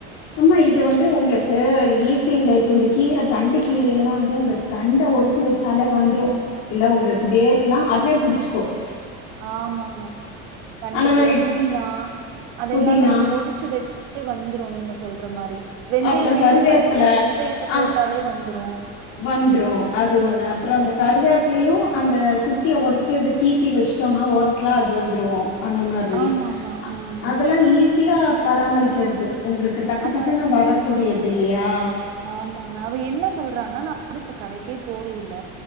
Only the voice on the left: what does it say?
ஆம்மா இது வந்து ஒங்களுக்கு ஈசிங்க இப்ப இந்த கீர தண்டு கீர எல்லாம் வந்து அந்த தண்ட ஒடைச்சு வச்சாலே வந்துரும் இல்ல உங்களுக்கு வேர் எல்லாம் அதுவே புடிச்சுக்கோம்
அந்த மாரி
புதினா,
அப்புறம்
கருவேப்பில
ஆ
வந்துரும் அது ஒண்ணு அப்பறம் அந்த கருவேப் லையும் அந்த குச்சியை ஒடச்சு அத கீத்தி வச்சுட்டோம்னா ஓரத்துல அது வந்துரும் அந்த மாரி
அதெல்லாம் ஈசி சியா பராமரிக்றது உங்களுக்கு டக்கு
டக்குன்னு வரக்கூடியது இல்லியா